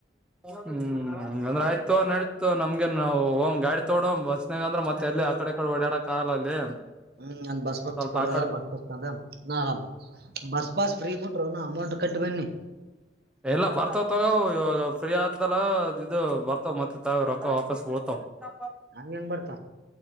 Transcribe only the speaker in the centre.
ಹ್ಮ್ ಹಂಗಂದ್ರ ಆಯ್ತು ನಡತು ನಮ್ಗೆ ನಾವು ಹ ಗಾಡಿ ತೋಡ ಬಸ್ನಾಗ ಅಂದ್ರ ಮತ್ತೆ ಎಲ್ಲಿ ಆ ಕಡೆ ಈಡೆ ಓಡಾಡ ಕಾರ್ ಅಲ್ಲಿ
ಸ್ವಲ್ಪ
ಆ
ಕಡೆ
ಎಲ್ಲ ಬರ್ತಾವ ತಗೋ ಇವಾಗ ಫ್ರೀ ಆದ್ದಲ್ಲ ಇದ ಇದು ಬರ್ತಾವ ಮತ್ತೆ ತಾವ ರೊಕ್ಕ ವಾಪಸ್ ಹಓಡ್ತವ ತ